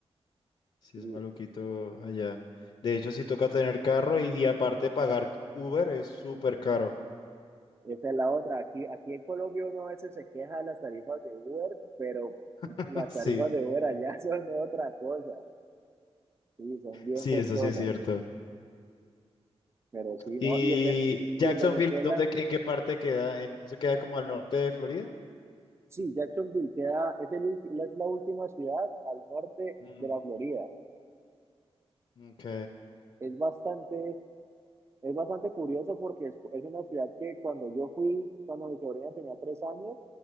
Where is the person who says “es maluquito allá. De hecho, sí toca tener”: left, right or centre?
Left